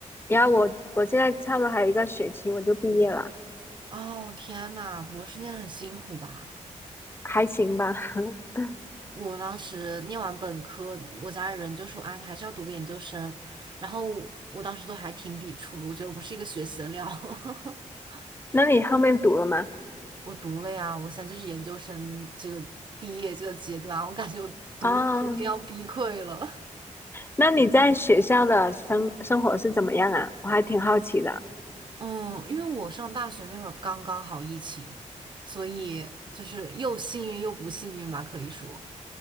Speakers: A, on the left; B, on the right.
A: 然后我我现在差不多还有一个学期我就毕业了，
B: 哦，天呐，博士念的很辛苦吧？
A: 还行吧。<laughs>
B: 我当时念完本科，我家里人就说啊，你还是要读个研究生。然后我当时都还挺抵触的，我觉得我不是一个学习的料。<laughs>
A: 那你后面读了吗？
B: 我读了呀，我现在就是研究生这个毕业这个阶段啊，我感觉我读的真的要崩溃了。
A: 哦，那你在学校的生生活是怎么样啊？我还挺好奇的。
B: 嗯，因为我上大学那会儿刚刚好疫情，所以就是又幸运又不幸运吧，可以说